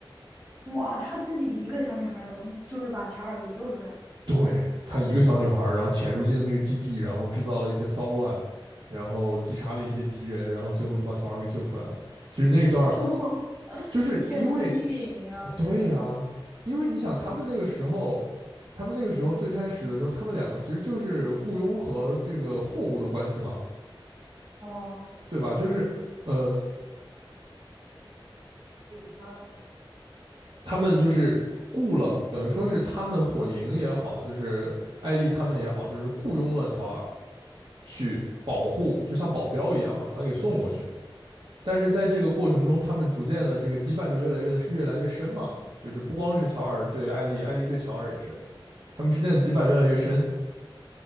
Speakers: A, on the right (about 30°); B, on the right (about 70°).
A: 哇，她自己一个小女孩儿能就是把乔尔给救出来，
B: 对，她一个小女孩，然后潜入进了那个基地，然后制造了一些骚乱，然后击杀了一些敌人，然后最后就把乔尔给救出来了。其实那一段
A: <laughs>
B: 就是因为
A: 天赋异禀呀，我觉得。
B: 对呀、因为你想他们那个时候。他们那个时候最开始的时候，他们两个其实就是雇佣和这个货物的关系嘛，
A: 哦，
B: 对吧？就是，呃，他。他们就是雇了，等于说是他们火营也好，就是艾丽他们也好，就是雇佣了乔尔去保护，就像保镖一样嘛，把他给送过去。但是在这个过程中，他们逐渐的这个羁绊就越来越的越来越深嘛，就是不光是乔尔对艾丽，艾丽对乔尔也是，他们之间的羁绊越来越深。